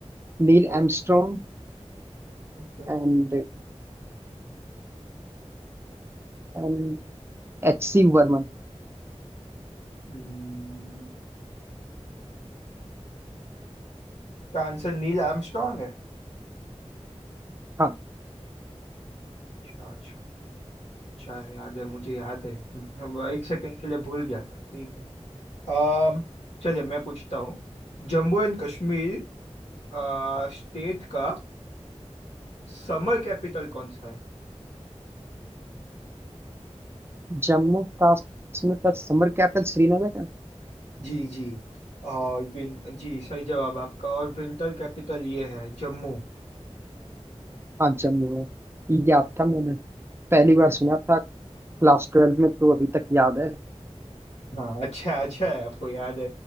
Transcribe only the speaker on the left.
Okay
okay
हम्म क्या आंसर नील आर्मस्ट्रॉन्ग है
अच्छा अच्छा अच्छा है, याद है मुझे याद है हम एक सेकंड के लिए भूल गया था ठीक है अम चलिए मैं पूछता हूँ जम्मू एंड कश्मीर आ, स्टेट का समर कैपिटल कौन सा है
जी जी और विन जी सही जवाब आपका और विंटर कैपिटल ये है जम्मू
हाँ अच्छा अच्छा है आपको याद है